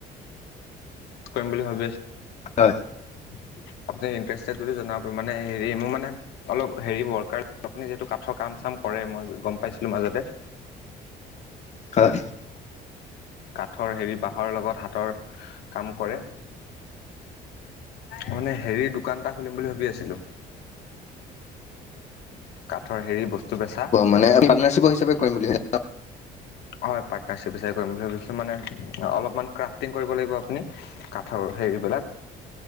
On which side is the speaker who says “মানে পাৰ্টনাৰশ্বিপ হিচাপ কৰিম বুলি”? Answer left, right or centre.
Left